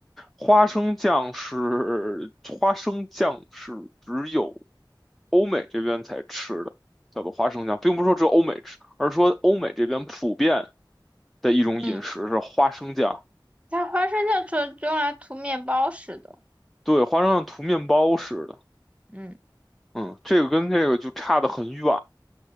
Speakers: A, in the centre; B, on the right.
A: 花生酱是花生酱是只有欧美这边才吃的，叫做花生酱，并不是说只有欧美吃，而是说欧美这边普遍的一种饮食是花生酱。
B: 嗯，它花生酱就就用来涂面包似的，
A: 对，花生酱涂面包似的，
B: 嗯
A: 嗯，这个跟这个就差得很远。